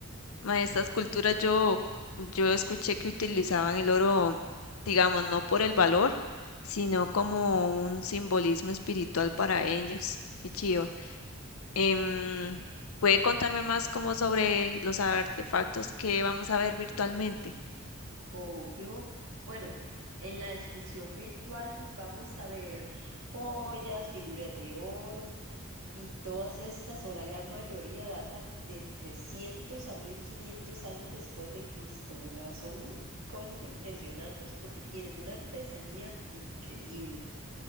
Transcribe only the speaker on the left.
Ma, estas culturas yo, yo escuché que utilizaban el oro, digamos, no por el valor, sino como un simbolismo espiritual para ellos. Qué chiva. Em, ¿puede contarme más como sobre los artefactos que vamos a ver virtualmente?